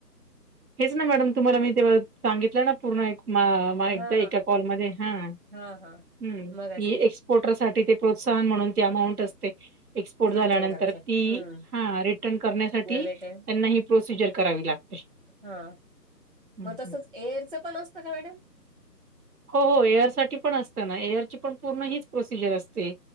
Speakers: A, on the right (about 60°); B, on the right (about 35°).
A: हेच ना मॅडम तुम्हाला मी तेव्हा सांगित जरा पूर्ण ऐक मा मा ऐकता
B: हा
A: एका कॉलमध्ये हा हम्म
B: हा हा मग असे
A: हे एक्स पोटरसाठी ती प्रोत्साहन म्हणून ती अमाऊंट असते. एक्सपोर्ट
B: ती
A: झाल्यानंतर
B: रिटर्न करायचे
A: ती
B: हम्म
A: हा रिटर्न करण्यासाठी
B: रिटर्न
A: त्यांना ही प्रोसिजर करावी लागते.
B: हा
A: हं,
B: मग तसंच,
A: हं.
B: एअरच पण असतं का मॅडम?
A: हो हो एअर साठी पण असतं ना एअरची पण पूर्ण हीच प्रोसिजर असते.